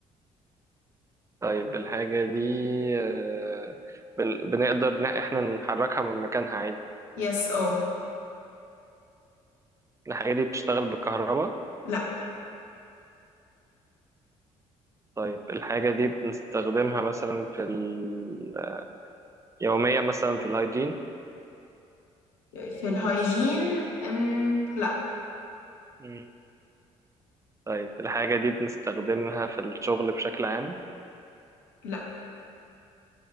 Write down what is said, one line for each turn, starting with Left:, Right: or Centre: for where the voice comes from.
Right: طيب الحاجة دي آه، بن- بنقدر إن احنا نحركها من مكانها عادي
Left: يس اه
Right: الحاجة دي بتشتغل بالكهرباء
Left: لا
Right: طيب الحاجة دي بنستخدمها مثلا في ال... يوميا مثلا في الهايجين
Left: في الهايجين ام لا
Right: مم. طيب الحاجة دي بنستخدمها في الشغل بشكل عام
Left: لا